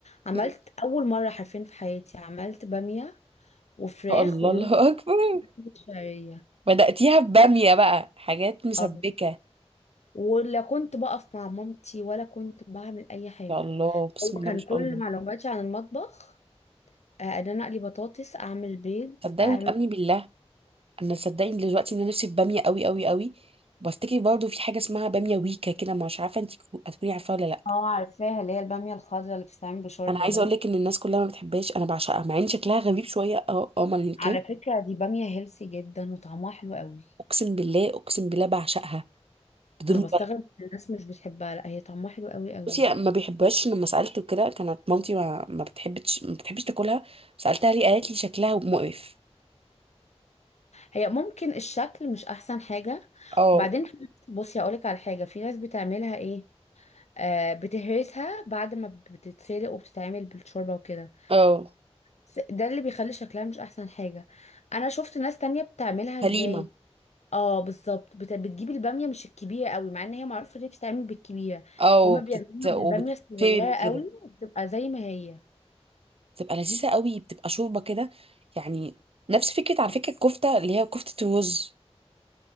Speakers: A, on the left; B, on the right.
A: عملت
B: مم.
A: اول مرة حرفيا في حياتي عملت بامية وفراخ
B: يا الله
A: ورز
B: الله اكبر
A: شعرية
B: بدأتيها بباميه بقى حاجات مسبكه
A: اه ولا كنت بقف مع مامتي ولا كنت بعمل اي حاجة
B: يا الله بسم
A: هو كان
B: الله ما شاء
A: كل
B: الله
A: معلوماتي عن المطبخ آه، ان انا اقلي بطاطس اعمل بيض
B: صدقي
A: اعمل
B: وتأمني بالله انا صدقي دلوقتي ان انا نفسي في باميه قوي قوي قوي بفتكر برضه في حاجه اسمها باميه ويكا كده مش عارفه انت هتكوني عارفاها ولا لا
A: اه عارفاها اللي هي البامية الخضراء اللي بتتعمل بشوربة
B: انا عايزه
A: دي
B: اقول لك ان الناس كلها ما بتحبهاش انا بعشقها مع ان شكلها غريب شويه اه اه ما
A: على
B: كان
A: فكرة دي بامية هيلسي جدا وطعمها حلو قوي
B: اقسم بالله اقسم بالله بعشقها بدون
A: انا بستغرب ان الناس مش بتحبها لا هي طعمها حلو قوي قوي
B: بصي ما بيحبهاش لما سألت وكده كانت مامتي ما, ما بتحبش ما بتحبش تاكلها سألتها ليه قالت لي شكلها مقرف
A: هي ممكن الشكل مش احسن حاجة
B: اه
A: وبعدين في ناس- بصي اقولك على حاجة في ناس بتعملها ايه آه بتهرسها بعد ما بتتسلق وبتتعمل بالشوربة وكده
B: اه
A: س- ده اللي بيخلي شكلها مش احسن حاجة انا شفت ناس تانية بتعملها
B: حليمة
A: ازاي اه بالظبط بت... بتجيب البامية مش الكبيرة قوي مع ان هي معروفة ان هي بتتعمل بالكبيرة
B: اه وبتت
A: هما بيعملوها
B: وبتتفهم
A: بالبامية الصغيرة
B: كده
A: قوي وبتبقى زي ما هي
B: بتبقى لذيذة قوي بتبقى شوربة كده يعني نفس فكرة على فكرة الكفتة اللي هي كفتة الرز